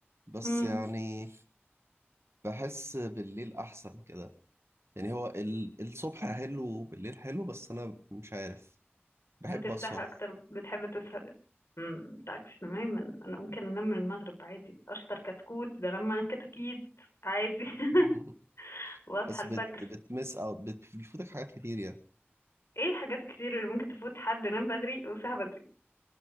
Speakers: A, on the right (about 85°); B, on the left (about 85°).
A: بس
B: امم
A: يعني بحس بالليل احسن كده يعني هو ال- الصبح حلو وبالليل حلو بس انا مش عارف
B: بترتاح
A: بحب اسهر
B: اكتر بتحب تسهر امم انت عكس تماما انا ممكن انام من المغرب عادي اشطر كتكوت بنام كتاكيت عادي <laughs>
A: <laughs>
B: واصحى
A: بس
B: الفجر
A: بت بتمس او بت- بتفوتك حاجات كتير يعني
B: ايه الحاجات الكتير اللي ممكن تفوت حد نام بدري وصحى بدري